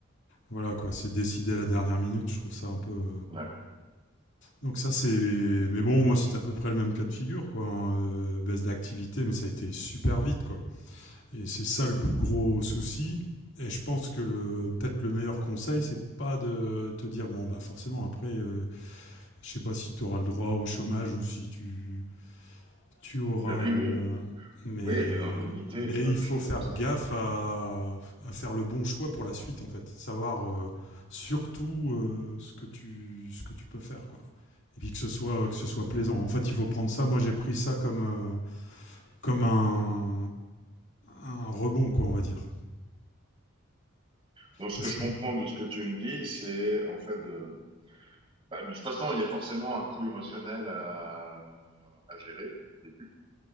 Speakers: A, on the left (about 60°); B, on the right (about 25°).
A: voilà quoi, c'est décidé à la dernière minute. Je trouve ça un peu.
B: Ouais.
A: Donc ça, c'est les. Mais bon, moi, c'était à peu près le même cas de figure, quoi. hein, euh, baisse d'activité, mais ça a été super vite, quoi. Et c'est ça le plus gros souci. Et je pense que le peut-être le meilleur conseil, c'est pas de te dire bon bah forcément après, euh, je sais pas si tu auras le droit au chômage ou si tu tu auras.
B: Oui, oui,
A: euh,
B: oui.
A: mais,
B: Oui, il y a des indemnités,
A: mais
B: tu vois,
A: il
B: des
A: faut
B: choses
A: faire
B: comme ça,
A: gaffe
B: quoi.
A: à, à faire le bon choix pour la suite, en fait. Savoir euh, surtout euh, ce, que tu, ce que tu peux faire, quoi. Et puis que ce soit, que ce soit plaisant. En fait, il faut prendre ça. Moi, j'ai pris ça comme, euh, comme un, un rebond, quoi, on va dire.
B: Donc, ce
A: Parce
B: que je
A: que.
B: comprends de ce que tu me dis, c'est en fait de. bah, de toute façon, il y a forcément un coût émotionnel à, à gérer au début,